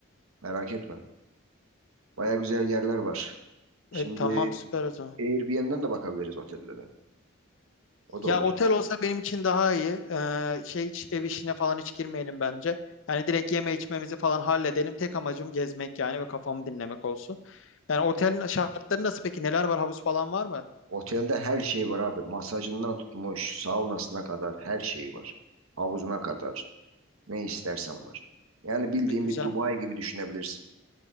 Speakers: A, on the right; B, on the left.
A: Merak etme. Baya güzel yerler var. Şimdi
B: E tamam süper o zaman.
A: Airbnb'den de bakabiliriz otellere. O da
B: Ya
A: olur.
B: otel olsa benim için daha iyi. Ee, şey hiç ev işine falan hiç girmeyelim bence. Hani direkt yeme içmemizi falan halledelim. Tek amacım gezmek yani ve kafamı dinlemek olsun. Yani otelin şartları nasıl peki? Neler var? Havuz falan var mı?
A: Otelde her şey var abi. Masajından tutmuş, saunasına kadar her şey var. Havuzuna kadar. Ne istersen var. Yani bildiğin
B: E, güzel.
A: bir Dubai gibi düşünebilirsin.